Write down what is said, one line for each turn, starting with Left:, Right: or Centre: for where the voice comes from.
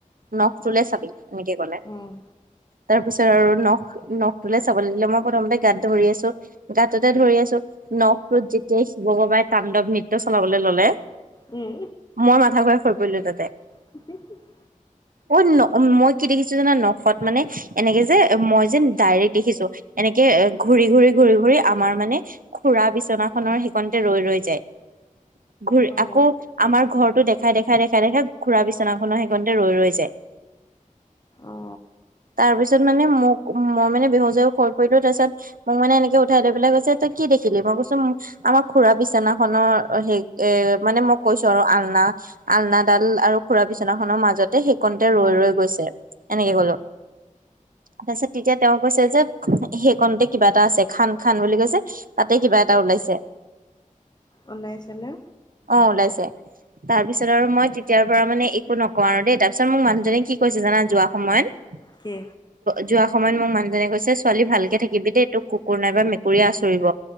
Right: নখ তোলে চাবি এনেকে কলে,
Left: উম
Right: তাৰ পিছত আৰু নখ নখ বোলে চাবলৈ দিলে মই প্ৰথমতে গাত ধৰি আছোঁ। গাঁটোতে ধৰি আছোঁ নখটোত যেতিয় শিৱ বাবাই তাণ্ডৱ নৃত্য চলাবলৈ ললে।
Left: উম।
Right: মই মাথা ঘূৰাই হৰি পৰিলোঁ তাতে।
Left: <unintelligible>
Right: অ ন মই কি দেখিছো জানা নখত মানে এনেকে যে মই যে ডাইৰেক্ট দেখিছোঁ। এনেকে এ ঘূৰি ঘূৰি ঘূৰি ঘূৰি আমাৰ মানে, খুৰা বিচনা খনৰ হিকণিতে ৰৈ ৰৈ যায়। ঘূৰি
Left: অ
Right: আকৌ আমাৰ ঘৰটো দেখাই দেখাই দেখাই দেখাই খুৰা বিছনাখনো হিকণিতো ৰৈ ৰৈ যায়।
Left: অ
Right: তাৰ পিছত মানে মোক মই মানে বেহুচ হৈ হৰি পৰিলো তাৰপিছত, মোক মানে এনেকে উঠাই লৈ পেলাই কৈছে তই কি দেখিলি মই কৈছো আমাৰ খুৰা বিচনাখনৰ হে এহ মানে মই কৈছোঁ আৰু আলনা, আলনাডাল আৰু খুৰা বিচনাখনৰ মাজতে সেইকণতে ৰৈ
Left: উম
Right: ৰৈ গৈছে এনেকে কলো। তাৰ পিছত তেতিয়া তেওঁ কৈছে যে সেইকণতে কিবা এটা আছে খান খান বুলি কৈছে তাতে কিবা এটা ওলাইছে।
Left: ওলাইছে নে।
Right: অ ওলাইছে তাৰ পিছত আৰু মই তেতিয়াৰ পৰা মানে একো নকৰা, নোৱাৰোঁ দেই তাৰপিছত মোক মানুহজনে কি কৈছে জানা যোৱা সময়ত।
Left: কি।
Right: যোৱা সময়ত মোক মানুহজনে কৈছে ছোৱালী ভালকে থাকিবি দেই তোক কুকুৰ নাইবা মেকুৰীয়ে আচোৰিব।